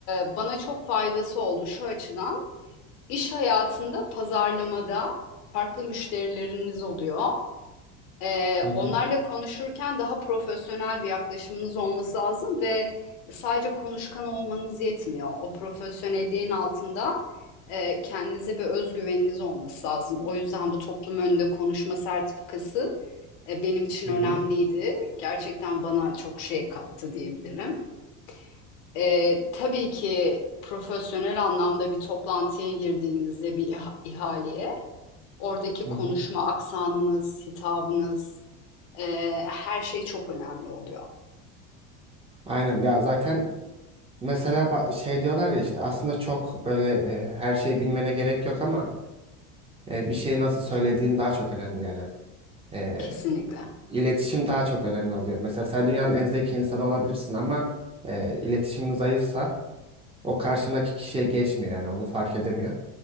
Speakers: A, on the left (about 75°); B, on the right (about 15°).
A: e, bana çok faydası oldu şu açıdan. İş hayatında pazarlamada farklı müşterileriniz oluyor. E,
B: Hı hı,
A: onlarla konuşurken daha profesyonel bir yaklaşımınız olması lazım ve sadece konuşkan olmanız yetmiyor. O profesyonelliğin altında e, kendinize bir özgüveniniz olması lazım. O yüzden bu toplum önünde konuşma sertifikası e, benim için
B: hı
A: önemliydi.
B: hı,
A: Gerçekten bana çok şey kattı diyebilirim. E, tabii ki profesyonel anlamda bir toplantıya girdiğinizde bir iha- ihaleye, oradaki konuşma
B: hı hı.
A: aksanınız, hitabınız, e, her şey çok önemli oluyor.
B: Aynen ya zaten mesela ba- şey diyorlar ya işte aslında çok böyle e, her şeyi bilmene gerek yok ama e, bir şeyi nasıl söylediğin daha çok önemli yani. E,
A: Kesinlikle.
B: iletişim daha çok önemli oluyor. Mesela sen dünyanın en zeki insanı olabilirsin ama e, iletişimin zayıfsa o karşındaki kişiye geçmiyor yani onu fark edemiyor.